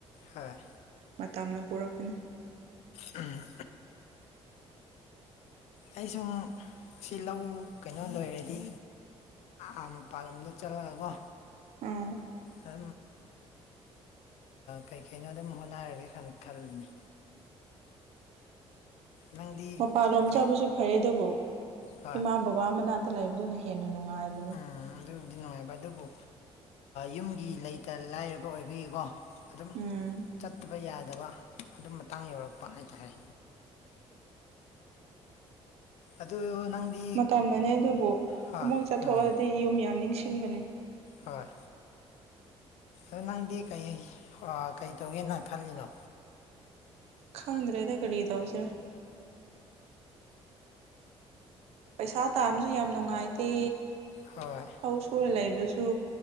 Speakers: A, on the left; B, on the right.
A: ꯍꯣꯏ
B: ꯃꯇꯝꯅ ꯄꯨꯔꯛꯄꯅꯤ
A: ꯑꯝ ꯑꯩ ꯁꯨꯝ ꯁꯤ ꯂꯧ ꯀꯩꯅꯣ ꯂꯣꯏꯔꯗꯤ ꯑ ꯃꯄꯥꯟꯂꯣꯝꯗ ꯆꯠꯂꯒꯀꯣ
B: ꯑꯥ
A: ꯑ ꯀꯩ ꯀꯩꯅꯣ ꯑꯗꯨꯝ ꯍꯣꯠꯅꯔꯒꯦ ꯈꯜꯂꯤꯅꯤ ꯅꯪꯗꯤ
B: ꯃꯄꯥꯟꯂꯣꯝ
A: ꯀꯩ
B: ꯆꯥꯕꯁꯨ ꯐꯩ ꯑꯗꯨꯕꯨ
A: ꯍꯣꯏ
B: ꯏꯃꯥ ꯕꯕꯥ ꯃꯅꯥꯛꯇ ꯂꯩꯕꯗꯨꯅ ꯍꯦꯟꯅ ꯅꯨꯡꯉꯥꯏ ꯅꯨꯡꯉꯥꯏꯕꯅꯦ
A: ꯎꯝ ꯑꯗꯨꯕꯨꯗꯤ ꯅꯨꯡꯉꯥꯏꯕ ꯑꯗꯨꯕꯨ ꯌꯨꯝꯒꯤ ꯂꯩꯇ ꯂꯥꯏꯔꯕ ꯑꯣꯏꯕꯒꯤꯀꯣ ꯑꯗꯨꯝ
B: ꯎꯝ
A: ꯆꯠꯇꯕ ꯌꯥꯗꯦ ꯑꯗꯨ ꯃꯇꯥꯡ ꯌꯧꯔꯛꯄ ꯍꯥꯏꯇꯥꯔꯦ ꯑꯗꯨ ꯅꯪꯗꯤ
B: ꯃꯇꯝꯅꯅꯦ ꯑꯗꯨꯕꯨ
A: ꯍꯣꯏ
B: ꯑꯃꯨꯛ ꯆꯠꯊꯣꯛꯑꯗꯤ
A: ꯎꯝ
B: ꯌꯨꯝ ꯌꯥꯝ ꯅꯤꯡꯁꯤꯡꯕꯅꯦ
A: ꯍꯣꯏ ꯑ ꯅꯪꯗꯤ ꯀꯩ ꯀꯩ ꯇꯧꯒꯦꯅ ꯈꯜꯂꯤꯅꯣ
B: ꯈꯪꯗ꯭ꯔꯦꯗ ꯀꯔꯤ ꯇꯧꯁꯦ ꯄꯩꯁꯥ ꯇꯥꯝꯕꯁꯨ ꯌꯥꯝ ꯅꯨꯡꯉꯥꯏꯇꯦ
A: ꯍꯣꯏ
B: ꯂꯧ ꯁꯨꯔ ꯂꯩꯕꯁꯨ